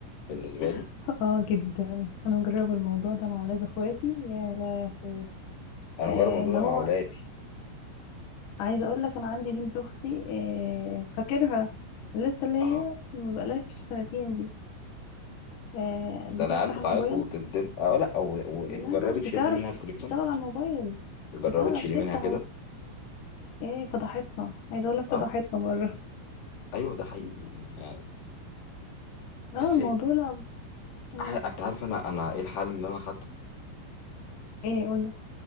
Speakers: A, on the left; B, on the left.
A: بالنسبة لي
B: <laughs> اه جدا انا مجربه الموضوع ده مع ولاد اخواتي يا لهوي
A: أنا
B: آه،
A: بجرب الموضوع
B: اللي
A: ده
B: هو
A: مع ولادي
B: عايزه اقول لك انا عندي بنت اختي آه، فاكرها لسه اللي
A: اه
B: هي ما بقالهاش سنتين دي آه،
A: ده
B: بتفتح
A: العيال بتعيط
B: الموبايل
A: وتدب اه لا أو... و... جربي
B: لا لا
A: تشد
B: بتعرف
A: منها التليفون
B: تشتغل على الموبايل
A: جربي
B: بتعرف
A: تشيلي
B: تفتح
A: منها كده
B: وت... ايه فضحتنا عايزه اقول لك
A: اه
B: فضحتنا مره
A: ايوه ده حقيقي يعني
B: اه
A: بس
B: الموضوع
A: إيه،
B: لا مم.
A: آه، انت عارف انا انا ايه الحل اللي انا خدته
B: ايه قول